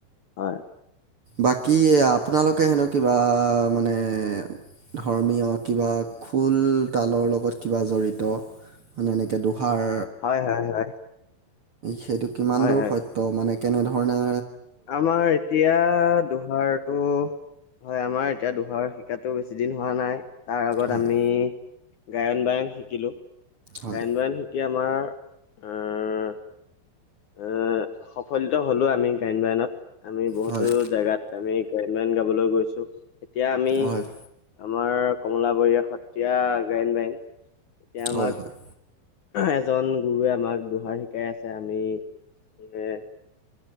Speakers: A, on the left (about 65°); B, on the right (about 50°).
A: হয়।
B: বাকী আপোনালোকে হেনো কিবা মানে- ধৰ্মীয় কিবা খোল তালৰ লগত কিবা জড়িত- মানে এনেকৈ দুসাৰ।
A: হয় হয় হয়।
B: সেইটো কিমান
A: হয়
B: দূৰ
A: হয়
B: সত্য মানে কেনেধৰণে?
A: আমাৰ এতিয়া- দুহাৰতটো হয় আমাৰ এতিয়া দুহাৰ শিকাতো বেছি দিন হোৱা নাই। তাৰ আগত
B: হয়
A: আমি, গায়ন-বায়ন শিকিলোঁ,
B: হয়
A: গায়ন বায়ন শিকা- এতিয়া আমাৰ অ- অ সফলিত হ'লো আমি গ্ৰায়ণবায়নত আমি বহুতো
B: হয়
A: জেগাত- আমি গায়ন-বায়ন গাবলৈ গৈছো এতিয়া আমি
B: হয়
A: আমাৰ কমলাবৰয়াসত- এতিয়া গায়ন বায়ন এতিয়া আমাক-
B: হয় হয়
A: এজন গুৰুৱে আমাক দোহাৰ শিকাই আছে আমি মানে -